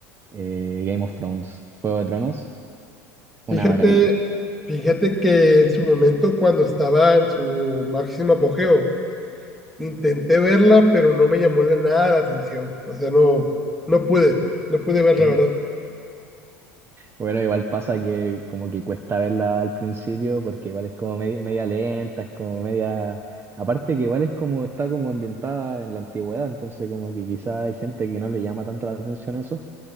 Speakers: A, on the right; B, in the centre.
A: eh, Game of Thrones, Juego de Tronos, una
B: Fíjate,
A: maravilla.
B: fíjate que en su momento, cuando estaba en su máximo apogeo, Intenté verla, pero no me llamó la- nada la atención. O sea, no, no pude, no pude verla,
A: Mm.
B: ¿verdad?
A: Bueno, igual pasa que como que cuesta verla al principio porque igual es como media, media lenta, es como media... Aparte que igual es como está como ambientada en la antigüedad, entonces como que quizá hay gente que no le llama tanto la atención eso.